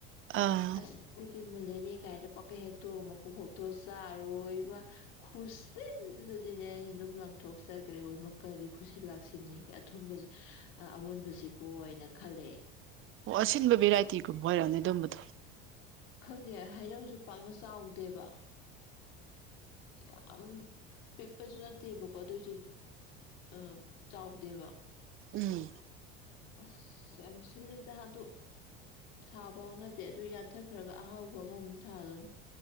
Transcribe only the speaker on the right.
ꯑꯥ
ꯑꯣ ꯑꯁꯤꯟꯕ ꯚꯦꯔꯥꯏꯇꯤꯒꯨꯝꯕ ꯑꯣꯏꯔꯛꯅꯤ ꯑꯗꯨꯝꯕꯗꯣ
ꯎꯝ